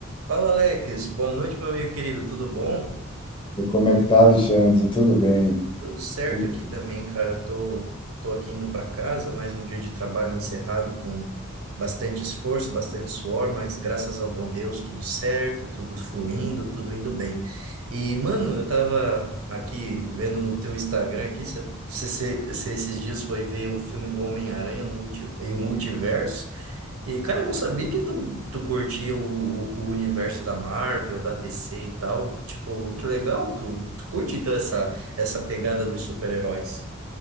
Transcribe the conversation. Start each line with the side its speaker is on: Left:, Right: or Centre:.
Right: Fala, Alex. Boa noite, meu amigo querido. Tudo bom?
Left: E Como é que tá, Alexandre? Tudo bem?
Right: Tu- Tudo certo
Left: Tudo...
Right: aqui também, cara. Tô, tô aqui indo para casa, mais um dia de trabalho encerrado com bastante esforço, bastante suor, mas graças ao bom Deus, tudo certo, tudo fluindo, tudo indo bem. E, mano, eu tava aqui vendo no teu Instagram aqui, você esses dias foi ver o filme do Homem-Aranha no multi, e o Multiverso. E, cara, eu não sabia que tu, tu curtia o, o, o universo da Marvel, da DC e tal. Tipo, que legal, tu, tu curte então essa essa pegada dos super-heróis.